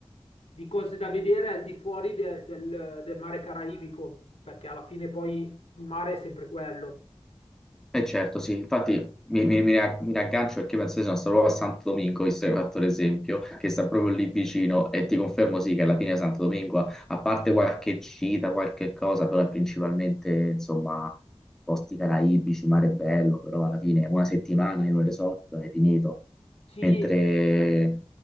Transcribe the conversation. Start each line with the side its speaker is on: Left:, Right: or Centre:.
Left: di cose da vedere al di fuori de- del, del mare caraibico, perché alla fine poi il mare è sempre quello.
Centre: Eh certo, sì, infatti mi, mi- mi ra- mi raggancio perché penso che sono stato proprio a Santo Domingo, visto che hai fatto l'esempio, che sta proprio lì vicino e ti confermo sì che alla fine Santo Domingo, a a parte qualche gita, qualche cosa, però è principalmente insomma posti caraibici, mare bello, però alla fine una settimana in un resort è finito,
Left: Sì,
Centre: mentre